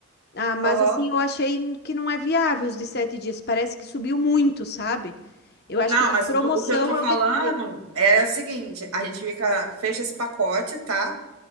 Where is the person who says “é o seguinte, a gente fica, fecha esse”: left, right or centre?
Right